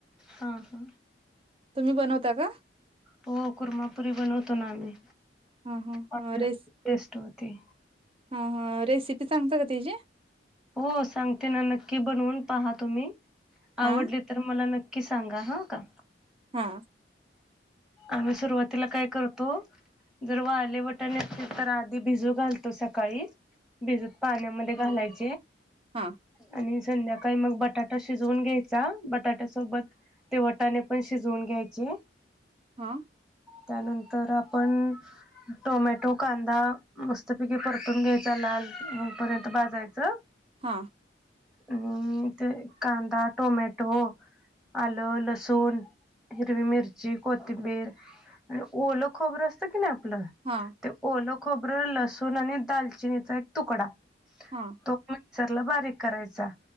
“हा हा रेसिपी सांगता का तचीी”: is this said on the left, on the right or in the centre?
Right